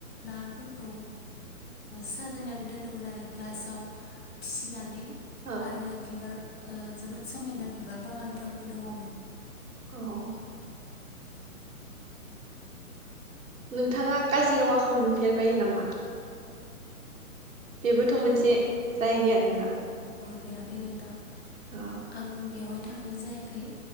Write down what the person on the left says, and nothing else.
नाफोरखौ साजायनानै दोनदोंमोन आरो ग्लासाव फिसिनानै
आरो बिबार ओ जोबोद समायना बिबार बागानफोरबो दङमोन
अ
फेराखै नोंथां
आं बेवहाय थांनाय जायाखै